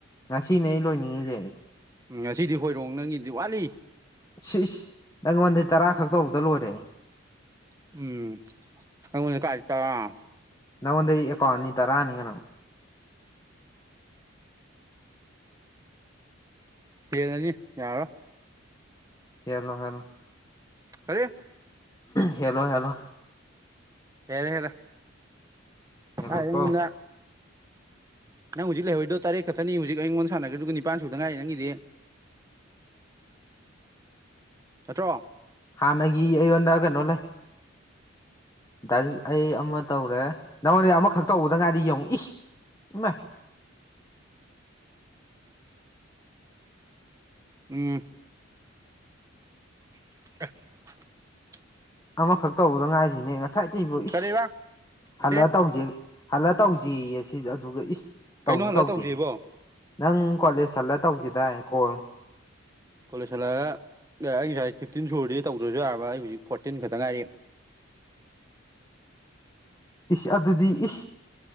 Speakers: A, on the left (about 15°); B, on the right (about 15°).
A: ꯉꯁꯤꯅꯦ ꯑꯩ ꯂꯣꯏꯅꯤꯡꯉꯁꯦ
B: ꯎꯝ ꯑꯁꯤꯗꯤ ꯍꯣꯏꯔꯣꯡ ꯅꯪꯒꯤꯗꯤ ꯋꯥꯠꯂꯤ
A: ꯁꯤꯁ ꯅꯪꯉꯣꯟꯗꯩ ꯇꯔꯥ ꯈꯛ ꯇꯧꯕꯗ ꯂꯣꯏꯔꯦ
B: ꯎꯝ ꯀꯇ
A: ꯅꯪꯉꯣꯟꯗꯩ ꯑꯦꯀꯣ ꯑꯅꯤ ꯇꯔꯥꯑꯅꯤ ꯀꯩꯅꯪꯣ
B: ꯍꯅꯤ ꯌꯥꯔ
A: ꯀꯌꯥꯂ ꯍꯜ
B: ꯑꯔꯦ
A: ꯍꯦꯜꯂꯣ ꯍꯦꯜꯂꯣ
B: ꯍꯦꯔꯦ ꯍꯦꯔ
A: ꯍꯦꯜꯂꯣꯀꯣ
B: ꯑ ꯃꯟꯅ ꯅꯪ ꯍꯧꯖꯤꯛ ꯂꯩ ꯍꯣꯏꯗ ꯇꯔ ꯈꯊ ꯅ ꯍꯧꯖꯤꯛ ꯑꯩꯉꯣꯟꯗ ꯁꯥꯟꯅꯒꯦ ꯑꯗꯨꯒ ꯅꯤꯄꯥꯥꯟ ꯁꯨꯗ ꯉꯥꯏꯔꯤ ꯅꯪꯒꯤꯗꯤ ꯍꯠꯇ꯭ꯔꯣ
A: ꯍꯥꯟꯅꯒꯤ ꯑꯩꯉꯣꯟꯗ ꯀꯩꯅꯣ ꯂꯩ ꯗꯥ ꯑꯩ ꯑꯃ ꯇꯧꯔꯦ ꯅꯪꯉꯣꯟꯗ ꯑꯃꯈꯛ ꯇꯧꯕꯗ ꯉꯥꯏꯗꯤ ꯌꯦꯡꯉꯛꯏ ꯂ
B: ꯎꯝ <unintelligible>
A: ꯑꯃꯈꯛ ꯇꯧꯕꯗ ꯉꯥꯏꯔꯤꯅꯦ ꯉꯁꯥꯏꯗ ꯑꯩꯕꯨ ꯏ
B: ꯀꯔꯤꯕ ꯅꯠꯇꯦ
A: ꯍꯜꯂ ꯇꯧꯁꯦ ꯍꯜꯂ ꯇꯧꯁꯤ ꯑꯁꯤ ꯑꯗꯨꯒ ꯏꯁ
B: ꯀꯩꯅꯣ
A: ꯇꯧꯁꯨ
B: ꯍꯜꯂ
A: ꯇꯧꯗꯦ
B: ꯇꯧꯁꯦꯕꯣ
A: ꯅꯪ ꯀꯣꯂꯦꯖ ꯍꯜꯂ ꯇꯧꯁꯤꯗꯥꯏ ꯀꯣꯜ
B: ꯀꯣꯂꯦꯖꯂ ꯑꯩ ꯁꯥꯏ ꯐꯤꯞꯇꯤꯟ ꯁꯨꯔꯗꯤ ꯇꯧꯗ꯭ꯔꯁꯨ ꯌꯥꯔꯕ ꯑꯩ ꯍꯧꯖꯤꯛ ꯐꯣꯔꯇꯤꯟ ꯈꯛꯇ ꯉꯥꯏꯔꯤ
A: ꯏꯁ ꯑꯗꯨꯗꯤ ꯏ